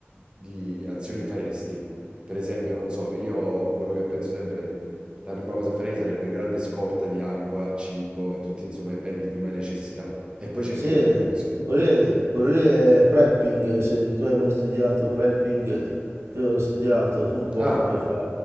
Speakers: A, on the right; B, on the right.
A: di azioni faresti? Per esempio, non so, io quello che penso sempre, la prima cosa che farei sarebbe grande scorta di acqua, cibo e tutti insomma i beni di prima necessità. E poi cercherei
B: Sì,
A: un luogo sicuro.
B: quello lì, quello lì è prepping, se tu hai mai studiato prepping, io l'ho studiato un po'
A: Quindi, Ah.
B: come fa.